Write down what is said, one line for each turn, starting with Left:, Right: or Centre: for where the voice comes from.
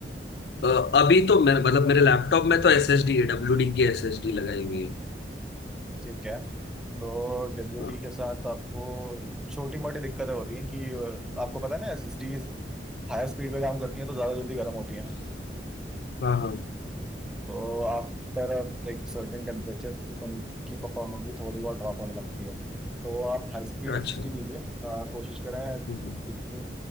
Left: अ, अभी तो मैं मतलब मेरे लैपटॉप में तो एस एस डी है डब्ल्यू डी की एस एस डी लगाई हुई
Centre: हैं
Left: है
Centre: ठीक है तो डब्ल्यू
Left: हाँ
Centre: डी के साथ आपको छोटी मोटी दिक्कतें होती हैं कि अ, आपको पता है ना एसएसडीज हायर स्पीड पे काम करती हैं तो ज्यादा जल्दी गर्म होती हैं
Left: हाँ हाँ
Centre: तो आफ्टर लाइक सर्टेन टेम्परेचर उनकी परफॉर्मेंस भी थोड़ी बहुत ड्रॉप होने लगती है तो आप हाई स्पीड एसएसडी
Left: अच्छा
Centre: लीजिए अ, कोशिश करें
Left: हम्म
Centre: जितनी